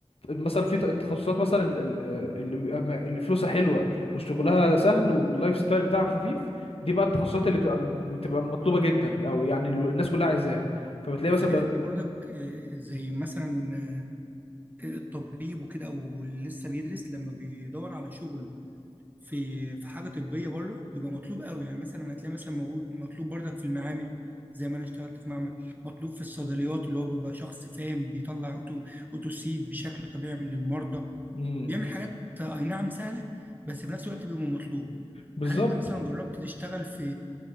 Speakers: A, on the left; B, on the right.
A: مثلا في ت- تخصصات مثلا ال- ال- آه، اللي بيبقى ما- اللي فلوسها حلوه وشغلها سهل واللايف ستايل بتاعها خفيف دي بقى التخصصات اللي بتبقى بتبقى مطلوبه جدا او يعني ال- الناس كلها عايزاها فبتلاقي
B: الفكرة
A: مثلا بيغ-
B: ان برضك آه، زي مثلا آه، الطبيب وكده او اللي لسه بيدرس لما بيدور على شغل في في حاجة طبية بره بيبقى مطلوب قوي يعني مثلا هتلاقي مثلا موجود- مطلوب برضك في المعامل زي ما انا اشتغلت في معمل مطلوب في الصيدليات اللي هو بيبقى شخص فاهم بيطلع اوتو اوتوسيد بشكل طبيعي للمرضى
A: مم،
B: بيعمل حاجات آه، اي نعم سهله بس في نفس الوقت بيبقى مطلوب
A: بالظبط
B: هل انت مثلا جربت تشتغل في